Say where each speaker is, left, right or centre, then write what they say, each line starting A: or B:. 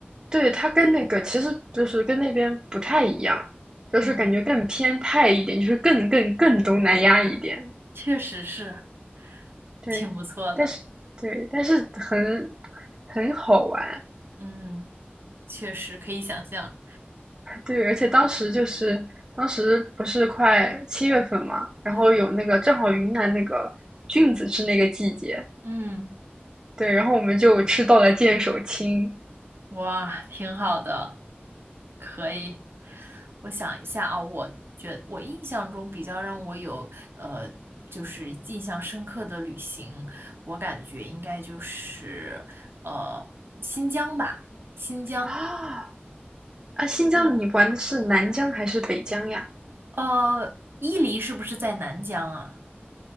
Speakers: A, on the right; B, on the right.
A: 对，它跟那个其实就是跟那边不太一样，就是感觉更偏泰一点，
B: 嗯，
A: 就是更更更东南亚一点。
B: 确实是
A: 对，
B: 挺不错的。
A: 但是对，但是很很好玩。
B: 嗯，确实可以想象。
A: 对，而且当时就是当时不是快七月份嘛，然后有那个正好云南那个菌子是那个季节，
B: 嗯嗯，
A: 对，然后我们就吃到了剑手青
B: 哇，挺好的。哎我想一下啊，我觉我印象中比较让我有呃，就是印象深刻的旅行，我感觉应该就是呃新疆吧，新疆，
A: 啊啊！新疆你玩的是南疆还是北疆呀？
B: 新疆，呃，伊犁是不是在南疆啊？